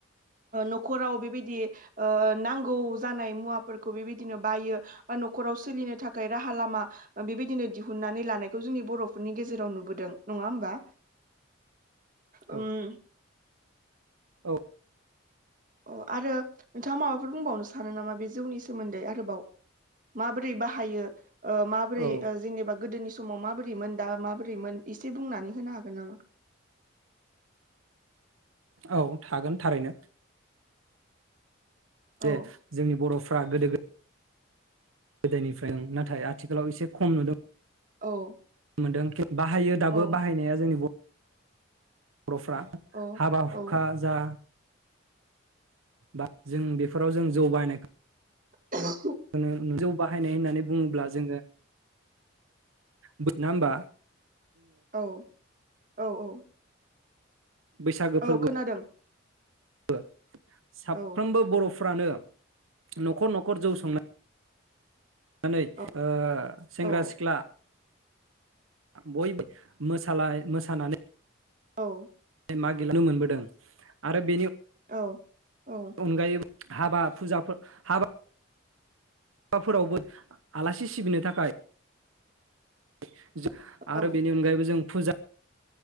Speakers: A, on the right (about 40°); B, on the right (about 85°).
A: नखराव बेबायदि नांगौ जानाय मुवा फोरखौ बेबायदिनो बायो बा नराव सोलिनो थाखाय राहा लामा बेबायदिनो दिहुननानै लानायखौ जोंनि बरफोरनि गेजेराव नुबोदों। नङा होमबा? उम
B: औ औ।
A: अ आरो नोंथाङा माबाफोर बुंबावनो सानो नामा बे जौनि सोमोन्दै आरोबाव माबोरै बाहायो? ओ माबोरै
B: औ
A: ओ जेंनेबा गोदोनि समाव माबोरै मोन दा माब रैमोन एसे बुंनानै होनो हागोन? <unintelligible>
B: औ थागोन थारैनो
A: औ
B: जे जोंनि बर' फ्रा गोदो गो गोदोनिफ्राय नाथाय आथिखालाव एसे खम नुदों।
A: औ।
B: मोनदों बाहायो दाबो
A: औ
B: बाहायनाया जोंनि बर' बर'फ्रा
A: औ
B: हाबा हुखा
A: औ
B: जा बा जों बेफोराव जों जौ बाहनाय
A: <inaudible>
B: होनो नु जौ बाहायनाय होननानै बुङोब्ला जोङो बोदना होनबा।
A: औ औ औ
B: बैसागो
A: औ
B: फोरबो
A: खोनादों
B: औ। साफ्रोमबो
A: औ
B: बर' फ्रानो न'खर न'खर जौ संनाय नानै
A: औ
B: ओ। सेंग्रा
A: औ
B: सिख्ला। बयबो मोसालाय मोसानानै
A: औ
B: मा गेलेनो मोनबोदों आरो बेनि
A: औ। औ
B: अगायोबो। हाबाब फुजाफोर हाबा <unintelligible> फोरावबो आलासि सिबिनो थाखाय <unintelligible>
A: औ
B: आरो बेनि अनगायैबो जों। फुजा